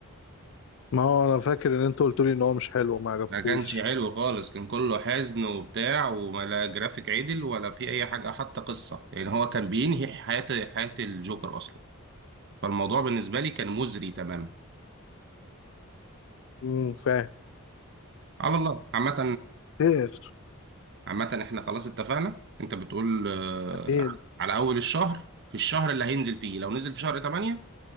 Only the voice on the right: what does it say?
ما كانش حلو خالص كان كله حزن وبتاع وما لا جرافيك عدل ولا في أي حاجة حتى قصة يعني هو كان بينهي حياة حياة الجوكر أصلا فالموضوع بالنسبة لي كان مزري تماما
على الله عامة
عامة احنا خلاص اتفقنا انت بتقول آه،
على أول الشهر في الشهر اللي هينزل فيه لو نزل في شهر 8